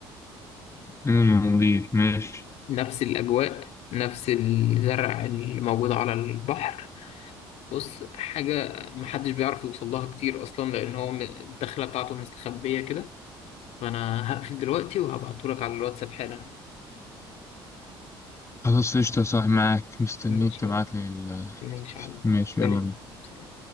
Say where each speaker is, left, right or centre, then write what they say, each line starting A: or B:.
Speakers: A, on the left; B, on the left.
A: أمم، المالديف ماشي
B: نفس الاجواء نفس الزرع اللي موجود على البحر بص حاجة محدش بيعرف يوصل لها كتير اصلا لان هو م- الدخلة بتاعته مستخبية كده فانا هقفل دلوقتي وهبعتهولك على الواتساب حالا
A: خلاص قشطة صح معاك مستنيك
B: ماشي
A: تبعتلي
B: يلا
A: ال-
B: ماشي يا علي
A: ماشي يلا بينا
B: سلام سلام